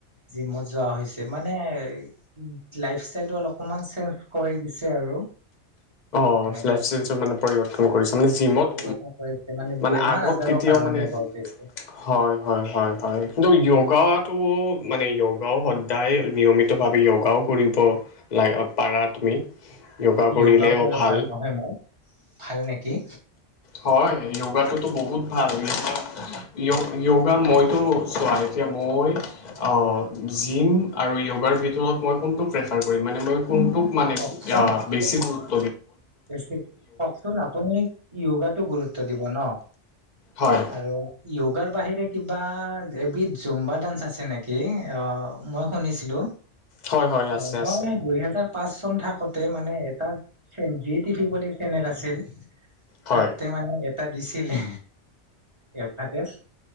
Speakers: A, on the right; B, on the left.
A: জিমত যোৱা হৈছে মানে এ লাইফষ্টাইলটো অলপমান চেঞ্জ কৰি দিছে আৰু।
B: অ'
A: এনেকুৱা
B: লাইফ চেঞ্জৰ মানে প পৰিৱৰ্তন
A: হয়
B: কৰিছে, মানে জিমত
A: পৰিৱৰ্তন কৰিছে
B: মানে
A: বেমাৰ
B: আগত
A: আজাৰৰ
B: কেতিয়াও
A: কাৰণে
B: মানে
A: কৰি দিছে
B: হয় হয় হয় হয়, কিন্তু য়োগাটো মানে য়োগাও সদায় নিয়মিতভাৱে যোগাও কৰিব লা পাৰা তুমি। য়োগা কৰিলেও
A: য়োগাও কৰিব
B: ভাল
A: পাৰো নহয় মই, ভাল নেকি?
B: হয় য়োগাটোতো বহুত ভাল, য়োগা য়োগ-য়োগা মইতো চোৱা, এতিয়া মই অ জিম আৰু য়োগাৰ ভিতৰত মই কোনটো প্ৰেফাৰ কৰিম মানে মই কোনটোক মানে
A: কওকচোন
B: আ বেছি গুৰু
A: বেছি, কওকচোন আপুনি য়োগাত গুৰুত্ব দিব ন,
B: হয়
A: আৰু য়ো গাৰ বাহিৰে কিবা, এবিধ জুম্বা ডান্স আছে নেকি? অ', আ মই শুনিছিলো।
B: হয় হয়
A: অ',
B: আছে
A: মই
B: আছে
A: দুইহেজাৰ পাঁচ চন থাকোতে মানে এটা জি টিভি বুলি চেনেল আছিল,
B: হয়
A: তাতে মানে এটা দিছিলে এ ভাতেজ,